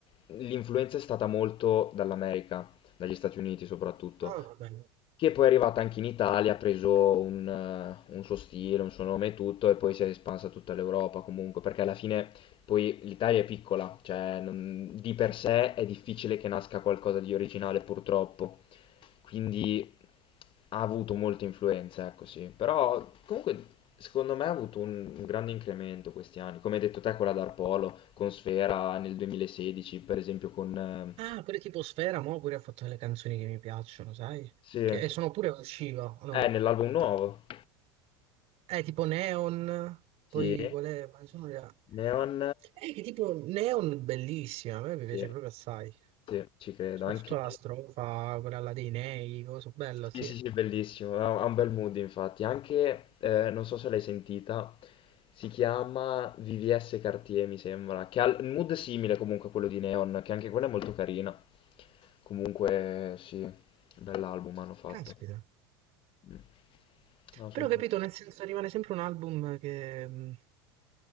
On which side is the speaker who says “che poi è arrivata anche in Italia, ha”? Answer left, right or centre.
Left